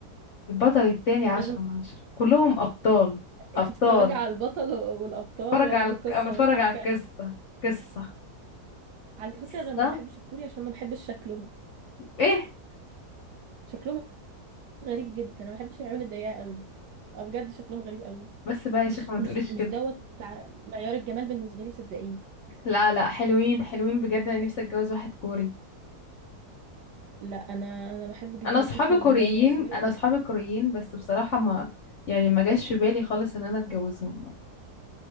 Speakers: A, on the left (about 50°); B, on the right (about 85°).
A: البطل التاني عشرة
B: لازم
A: من عشرة كلهم أبطال أبطال
B: انت بتتفرجي على البطل والابطال
A: بتفرج
B: ولا
A: على
B: القصه
A: بتفرج
B: والحبكه
A: على القصة قصة
B: على فكره
A: قصة
B: انا ما بحبش الكوري عشان ما بحبش شكلهم
A: ايه
B: شكلهم غريب جدا انا ما بحبش العيون الضيقه قوي دي أه بجد شكلهم غريب قوي
A: بس بقى يا
B: مش
A: شيخة ما
B: مش
A: تقوليش
B: مش
A: كده
B: دوت ع- معيار الجمال بالنسبه لي صدقيني
A: لا لا حلوين حلوين بجد انا نفسي اتجوز واحد كوري
B: لا انا انا بحب جدا
A: انا اصحابي
B: شكل الرجاله
A: كوريين
B: المصريه
A: انا اصحابي كوريين بس بصراحة ما يعني ما جاش في بالي خالص ان انا اتجوزهم